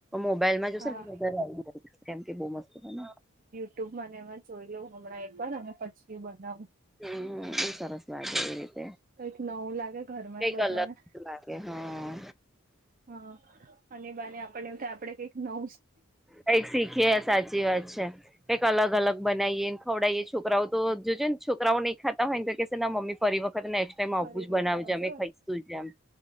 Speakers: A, in the centre; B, on the right (about 45°).
A: મોબાઈલમાં જોશે
B: હા
A: લ કેમ કે બહ મસ્ત બને
B: યુટુબએમાબના એમાં જોઈ લઉં હમણાં એક વાર અને પછી બનાવું.
A: હમ ત સરસ લાગે.
B: કંઈક નવું લાગે ઘરમાં
A: કઈક
B: એ બધાને
A: અલગ લાગે હા
B: હા અને બાને આપ એું થ આપડે કઈક નવુ
A: કઈક શીખી સાચી વાત છે. કંઈ અલ અલગ બનાવીએ ને ખવડાવઈએ છોકરાઓ તો જોજ ને છોકરાઓ નહીં ખાતા હોય ને તો કેહે ના મમ્મી ફરી વખત ને એમ
B: ફરી
A: આવું જ
B: બનાવજો
A: બનાવજ અમે ખાઈશુંમ